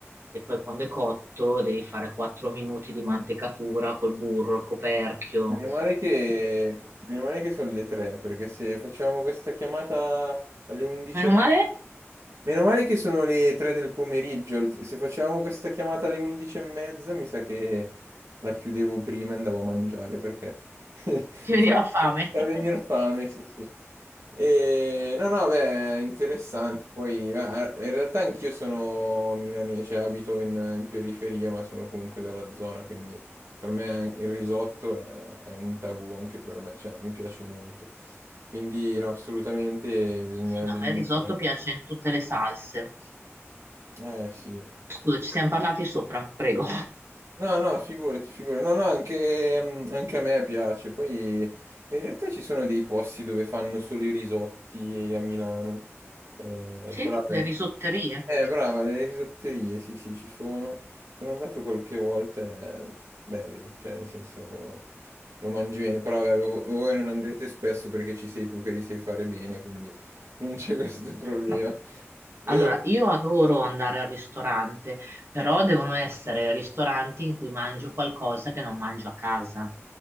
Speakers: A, on the right; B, on the right.
A: e poi quando è cotto devi fare 4 minuti di mantecatura col burro, il coperchio.
B: Meno male che, meno male che sono le tre, perché se facciamo questa chiamata alle 11.30
A: Meno male,
B: Meno male che sono le 3 del pomeriggio. Se facevamo questa chiamata alle 11 e mezza, mi sa che la chiudevo prima e andavo a mangiare perché <laughs> fa
A: ti veniva fame.
B: fa
A: <laughs>
B: venire fame, sì, sì. E... No, no, beh, interessante. Poi, beh, in realtà anch'io sono milanese, cioè abito in, in periferia, ma sono comunque dalla zona, quindi per me il risotto è, è un tabù anche per me, cioè mi piace molto. Quindi, no, assolutamente bisogna,
A: Sì, no,
B: bisogna...
A: a me il
B: imparare.
A: risotto piace in tutte le salse.
B: Eh sì,
A: Scusa,
B: sì.
A: ci siamo parlati sopra, prego.
B: No, no, figurati, figurati. No, no, anche, mm, anche a me piace. Poi eh, in realtà ci sono dei posti dove fanno solo i risotti eh, a Milano. Eh,
A: Sì,
B: però vabbè.
A: le risotterie.
B: Eh, brava, le risotterie, sì, sì, ci sono. Sono andato qualche volta, è bello, cioè nel senso lo mangi bene, però vabbè, vo- voi non andrete spesso perché ci sei tu che li sai fare bene, quindi non c'è <laughs> questo problema.
A: No.
B: E...
A: Allora, io adoro andare al ristorante, però devono essere ristoranti in cui mangio qualcosa che non mangio a casa.